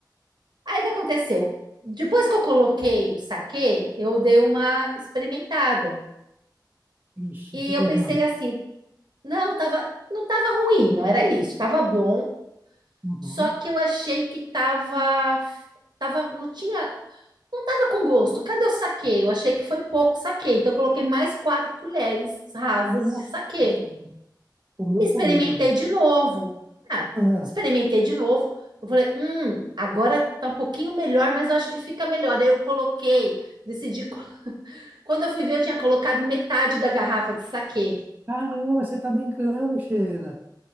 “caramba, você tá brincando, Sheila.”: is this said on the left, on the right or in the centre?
Right